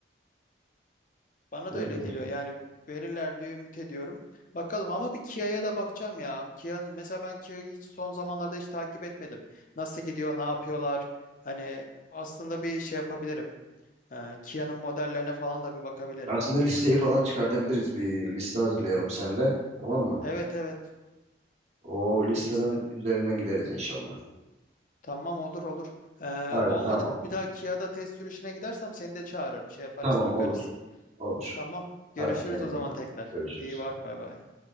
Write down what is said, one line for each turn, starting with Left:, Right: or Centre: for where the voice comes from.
Left: Bana
Right: Verirler.
Left: da öyle geliyor. Yani verirler diye ümit ediyorum. Bakalım ama bir Kia'ya da bakacağım ya. Kia, mesela ben Kia'yı hiç son zamanlarda hiç takip etmedim. Nasıl gidiyor, ne yapıyorlar? Hani aslında bir şey yapabilirim. Ee, Kia'nın modellerine falan da bir bakabilirim.
Right: Aslında listeyi falan çıkartabiliriz. Bir liste hazırlayalım senle. Tamam mı?
Left: Evet evet
Right: O listenin
Left: bir liste.
Right: üzerinden gideriz inşallah.
Left: Tamam olur olur. Ee,
Right: Hadi
Left: olmadı
Right: tamam.
Left: bir daha Kia'da test sürüşüne gidersem seni de çağırırım. Şey yaparız
Right: Tamam
Left: bakarız.
Right: olur. Olur.
Left: Tamam. Görüşürüz
Right: Hadi kendine
Left: o zaman
Right: iyi bak.
Left: tekrar.
Right: Görüşürüz.
Left: İyi bak bay bay.